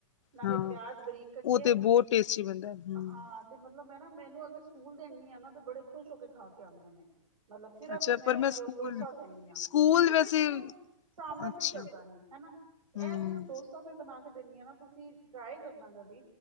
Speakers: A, on the right; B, on the left.
A: ਨਾਲੇ
B: ਹਾਂ
A: ਪਿਆਜ ਬਰੀਕ ਕੱਟੇ।
B: ਉਹ ਤੇ ਬਹੁਤ ਟੇਸਟੀ ਬਣਦਾ ਹਮ
A: ਹਾਂ ਤੇ ਮਤਲਬ ਮੈਂ ਨਾ, ਮੈਨੂੰ ਅਗਰ ਸਕੂਲ ਦੇਨੀ ਆ ਨਾ, ਬੜੇ ਖੁਸ਼ ਹੋ ਕੇ ਖਾ ਕੇ ਆਉਂਦੇ ਨੇ। ਮਤਲਬ ਸਿਰਫ
B: ਅੱਛਾ
A: ਮੈਂ
B: ਪਰ
A: ਉਹੀ
B: ਸਕੂਲ
A: ਡੋਸਾ ਦਿੰਦੀ ਹਾਂ,
B: ਸਕੂਲ
A: ਮਤਲਬ ਕਿਉਂਕਿ
B: ਵੈਸੇ
A: ਦੇਖੋ। ਸਾਂਬਰ
B: ਅੱਛਾ
A: ਤੇ ਚੱਲਦਾ ਨੀ, ਹਨਾ।
B: ਹਮ
A: ਇਹ ਸਿਰਫ ਡੋਸਾ ਮੈਂ ਬਣਾ ਕੇ ਆ ਨਾ, ਤੁਸੀਂ ਟਏ ਕਰਨਾ ਕਦੀ,